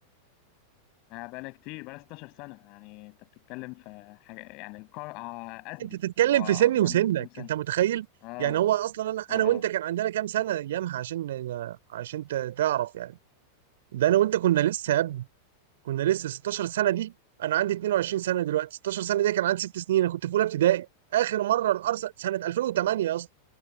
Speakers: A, on the left; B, on the right.
A: آه، بقالها كتير بقالها 16 سنه يعني انت بتتكلم في حاجه يعني القار آه، قدي
B: انت تتكلم
A: هو
B: في
A: اكبر
B: سني وسنك
A: مني بكام سنه
B: انت متخيل
A: اه
B: يعني هو اصلا انا
A: اه
B: انا وانت
A: اه
B: كان عندنا كام سنه ايامها عشان عشان ت- تعرف يعني ده انا وانت كنا لسه يا ابني كنا لسه 16 سنه دي انا عندي 22 سنه دلوقتي 16 سنه دي كان عندي ست سنين انا كنت في اولى ابتدائي اخر مره الارسنال سنه 2008 يا اسطى